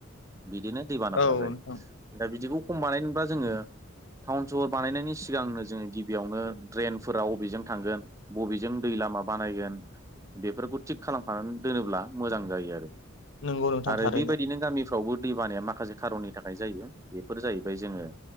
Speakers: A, on the right; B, on the left.
A: बिदिनो दैबानाफ्रा
B: औ
A: जायो
B: नोंथां
A: ओमफ्राय बिदिखौ खम बानायनोला जोङो टाउन शहर बानायनायनि सिगांनो जोङो गिबियावनो ड्रेनफोरा बबेजों थांगोन बबेजों दै लामा बानायगोन बेफोरखौ थिग खालामखानानै दोनोब्ला मोजां जायो आरो
B: नंगौ नोंथां
A: आरो
B: थारैनो
A: बेबाय बिदिनो गामिफ्रावबो दैबानाया माखासे खारननि थाखाय जायो बेफोर जाहैबाय जोङो